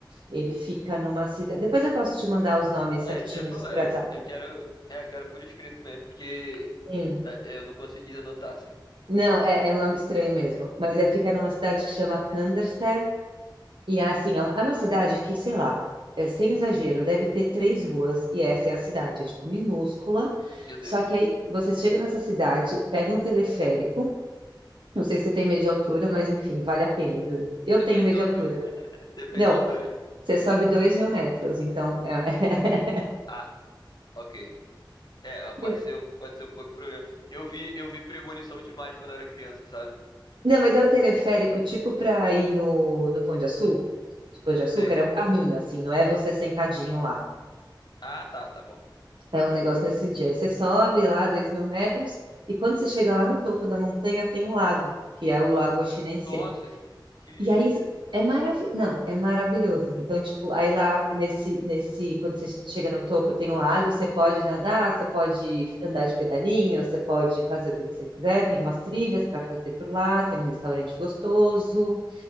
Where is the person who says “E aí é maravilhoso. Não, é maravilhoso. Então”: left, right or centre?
Right